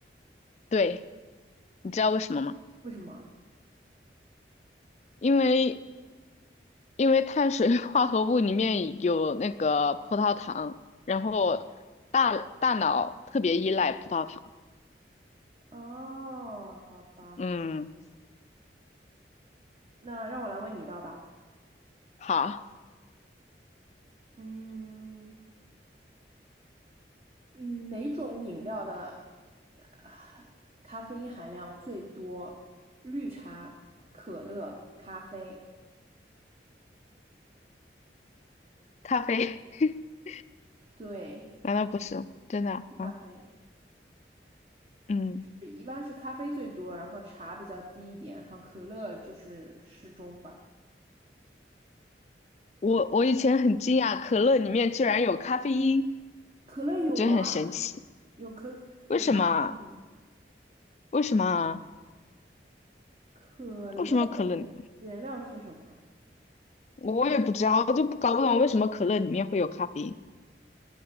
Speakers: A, on the left; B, on the right.
A: 对，你知道为什么吗？
B: 为什么？
A: 因为因为碳水 <laughs> 化合物里面有那个葡萄糖，然后大大脑特别依赖葡萄糖。
B: 哦，好吧，
A: 嗯，
B: 那让我来问你一道吧。
A: 好，
B: 嗯嗯，哪种饮料的呃咖啡因含量最多？绿茶、可乐、咖啡。
A: 咖啡，<laughs>
B: 对，
A: 难道不是真的啊？
B: 是咖啡。
A: 嗯，
B: 是一般是咖啡最多，然后茶比较低一点，然后可乐就是适中吧。
A: 我我以前很惊讶，可乐里面居然有咖啡因，
B: 可乐有啊，
A: 我觉得很神奇。
B: 有可有咖啡因的。
A: 为什么啊？为什么啊？
B: 可乐的原原料是什么啊？
A: 为什么可乐里我也不知道，我就搞不懂为什么可乐里面会有咖啡因。